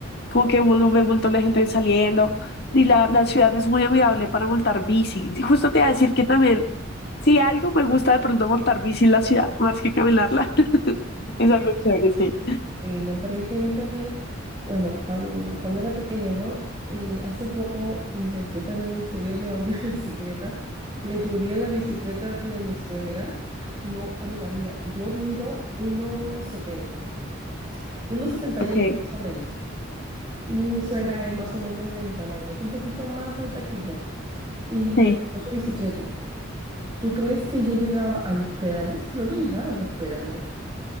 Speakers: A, on the left (about 55°); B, on the right (about 25°).
A: como que uno ve un montón de gente saliendo y la, la ciudad es muy amigable para montar bici. Y justo te iba a decir que también, si algo me gusta de pronto montar bici en la ciudad, más que caminarla, <laughs> es algo chévere, sí.
B: Y montar bici a mí también. Bueno, cuan- cuando, era pequeña, ¿no? Y hace poco intenté también subirme a una <laughs> bicicleta. Me subí a la bicicleta de mi suegra. No, amiga, mira, yo mido uno uno setenta, uno setenta
A: Ok,
B: y uno más o menos. Y mi suegra es más o menos de mi tamaño. Es un poquito más alta que yo. Y
A: sí.
B: me prestó su bicicleta. ¿Tú crees que yo llegaba a los pedales? Yo no llegaba a los pedales.